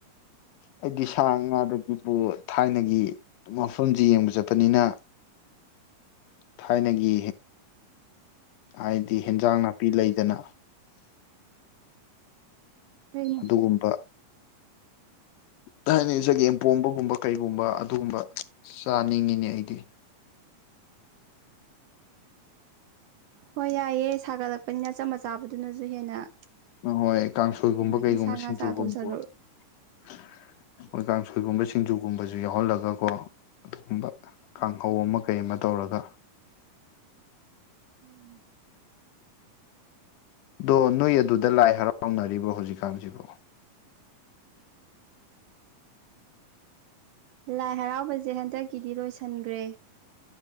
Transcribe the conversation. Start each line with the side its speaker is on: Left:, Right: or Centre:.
Left: ꯑꯩꯗꯤ ꯁꯥ ꯉꯥꯗꯒꯤꯕꯨ ꯊꯥꯏꯅꯒꯤ ꯃꯐꯝꯁꯤ ꯌꯦꯡꯕ ꯆꯠꯄꯅꯤꯅ ꯊꯥꯏꯅꯒꯤ ꯍꯥꯏꯗꯤ ꯍꯦꯟꯖꯥꯡ ꯅꯥꯄꯤ ꯂꯩꯗꯅ
Right: ꯍꯣꯏꯅꯦ
Left: ꯑꯗꯨꯒꯨꯝꯕ ꯊꯅ ꯏꯁꯩꯒꯦꯝꯄꯣꯝꯕꯒꯨꯝꯕ ꯀꯩꯒꯨꯝꯕ ꯑꯗꯨꯒꯨꯝꯕ ꯆꯥꯅꯤꯡꯉꯤꯅꯦ ꯑꯩꯗꯤ
Right: ꯍꯣꯏ ꯌꯥꯏꯑꯦ ꯁꯥꯒꯠꯂꯛꯄꯅꯤꯅꯆꯝ ꯃꯆꯥꯕꯗꯨꯅꯁꯨ ꯍꯦꯟꯅ
Left: ꯑꯍꯣꯏ ꯀꯥꯡꯁꯣꯏꯒꯨꯝꯕ
Right: ꯅꯨꯡꯉꯥꯏꯅꯤ
Left: ꯀꯩꯒꯨꯝꯕ
Right: ꯁꯥ ꯉꯥ
Left: ꯁꯤꯡꯖꯨꯒꯨꯝꯕꯣ
Right: ꯆꯥꯗꯧ ꯁꯔꯨꯛ
Left: ꯑꯩꯈꯣꯏ ꯀꯥꯡꯁꯣꯏꯒꯨꯝꯕ ꯁꯤꯡꯖꯨꯒꯨꯝꯕꯁꯨ ꯌꯥꯎꯍꯜꯂꯒꯀꯣ ꯑꯗꯨꯒꯨꯝꯕ ꯀꯥꯡꯍꯧ ꯑꯃ ꯀꯩꯃ ꯇꯧꯔꯒ
Right: ꯍꯣꯏꯅꯦ
Left: ꯑꯗꯣ ꯅꯣꯏ ꯑꯗꯨꯗ ꯂꯥꯏ ꯍꯔꯥꯎꯅꯔꯤꯕ꯭ꯔꯣ ꯍꯧꯖꯤꯛꯀꯥꯟꯁꯤꯕꯣ
Right: ꯂꯥꯏ ꯍꯔꯥꯎꯕꯁꯦ ꯍꯟꯗꯛꯀꯤꯗꯤ ꯂꯣꯏꯁꯤꯟꯈ꯭ꯔꯦ